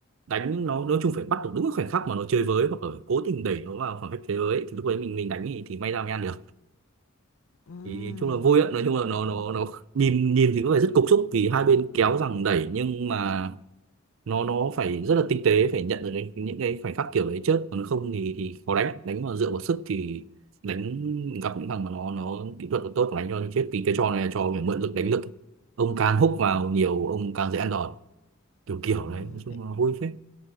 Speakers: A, on the right (about 65°); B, on the left (about 80°).
A: đánh nó nói chung phải bắt được đúng cái khoảnh khắc mà nó chơi với hoặc là cố tình đẩy nó vào khoảng cách thế giới thì lúc đấy mình mình đánh thì, thì may ra mới ăn được
B: ừm,
A: thì chung là vui ạ nói chung là nó nó nó nhìn nhìn thì có vẻ rất cục xúc vì hai bên kéo rằng đẩy nhưng mà nó nó phải rất là tinh tế phải nhận được cái, những cái khoảnh khắc kiểu đấy trước còn không thì, thì khó đánh đánh mà dựa vào sức thì đánh gặp những thằng mà nó nó kỹ thuật nó tốt mà đánh cho thì chết vì cái trò này là trò phải mượn lực đánh lực ông càng húc vào nhiều ông càng dễ ăn đòn kiểu kiểu
B: ừm,
A: đấy nói chung
B: nghe
A: là vui phết